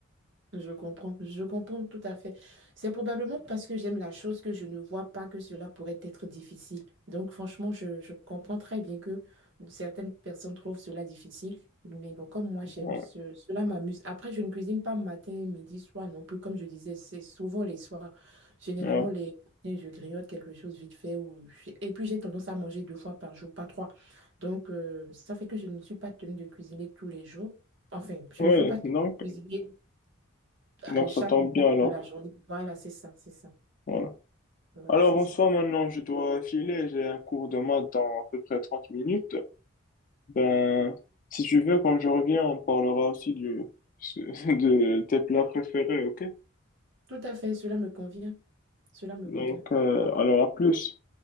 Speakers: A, on the right; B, on the left.
A: Je comprends, je comprends tout à fait. C'est probablement parce que j'aime la chose que je ne vois pas que cela pourrait être difficile. Donc, franchement, je, je comprends très bien que certaines personnes trouvent cela difficile. Mais bon, comme moi, j'aime
B: Ouais,
A: ce- cela m'amuse. Après, je ne cuisine pas matin, midi, soir non plus. Comme je disais, c'est souvent les soirs. Généralement,
B: ouais,
A: les matins, je grignote quelque chose vite fait. Ou... Et puis, j'ai tendance à manger deux fois par jour, pas trois. Donc, euh, ça fait que je ne suis pas tenue de cuisiner tous les jours. Enfin, je
B: ouais,
A: ne suis pas tenue
B: donc,
A: de cuisiner à
B: donc
A: chaque
B: ça tombe
A: moment
B: bien alors.
A: de la journée. Voilà, c'est ça, c'est ça.
B: Ouais.
A: Voilà,
B: Alors,
A: c'est
B: en
A: ça.
B: soi, maintenant, je dois filer. J'ai un cours de maths dans à peu près 30 minutes. Ben, si tu veux, quand je reviens, on parlera aussi du, <laughs> de tes plats préférés, ok?
A: Tout à fait, cela me convient. Cela me
B: Donc,
A: convient.
B: euh, alors à plus.